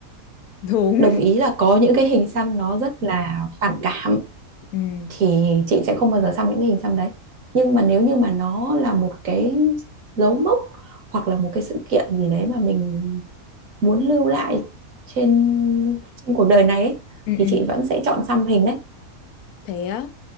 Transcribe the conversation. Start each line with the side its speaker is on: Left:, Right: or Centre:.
Left: đúng
Right: đồng ý là có những cái hình xăm nó rất là phản cảm
Left: Ừm,
Right: thì chị sẽ không bao giờ xăm những cái hình xăm đấy nhưng mà nếu như mà nó là một cái dấu mốc hoặc là một cái sự kiện gì đấy mà mình muốn lưu lại trên trên cuộc đời này ấy,
Left: ừ, ừ.
Right: thì chị vẫn sẽ chọn xăm hình đấy
Left: thế á